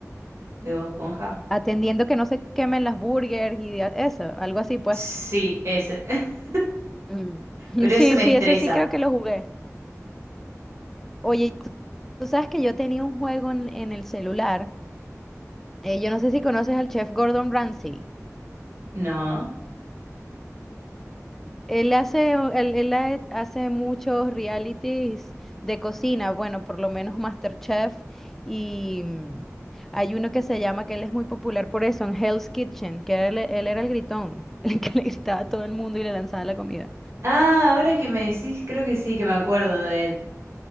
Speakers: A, on the right (about 55°); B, in the centre.
A: de Bob Esponja?
B: Atendiendo que no se quemen las burgers y de- eso, algo así, pues.
A: Sí, ese. <laughs>
B: Mm. <laughs>
A: Pero
B: Sí,
A: ese me
B: sí,
A: estresa.
B: ese sí creo que lo jugué. Oye, tú, tú sabes que yo tenía un juego en, en el celular. Eh, yo no sé si conoces al chef Gordon Ramsay.
A: No.
B: Él hace, él, él ha- hace muchos realities de cocina, bueno, por lo menos MasterChef, y mm, hay uno que se llama, que él es muy popular por eso, en Hell's Kitchen, que él, él era el gritón, <laughs> el que le gritaba a todo el mundo y le lanzaba la comida.
A: Ah, ahora que me decís, creo que sí, que me acuerdo de él.